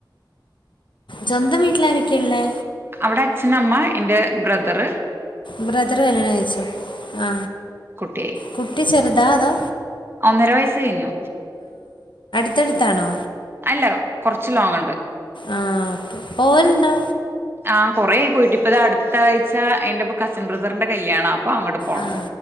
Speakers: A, on the left; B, on the right.
A: സ്വന്തം വീട്ടിലാരെക്കെഇല്ലേ
B: അവിടെ അച്ഛനമ്മ എന്റെ ബ്രദർ.
A: ബ്രദർ കല്യാണം കഴിചോയി. ആ
B: കുട്ടിയായി
A: കുട്ടി ചെറുതാ അതോ?
B: ഒന്നര വയസ് കഴിഞ്ഞു.
A: ത്തെടുത്താനോ
B: ഇല്ല കുറച്ച് ലോങ് ഉണ്ട്
A: ആഹ് ഓക്കെ പോവലുണ്ടോ
B: ആ കൊറെ ആയി പോയിട്ട് ഇപ്പ ഇത് അടുത്ത ആഴ്ച എന്റെ ഇപ്പ കസിൻ ബ്രദറിന്റെ കല്യാണാ അങ്ങോട്ട് പോണം
A: ആഹ്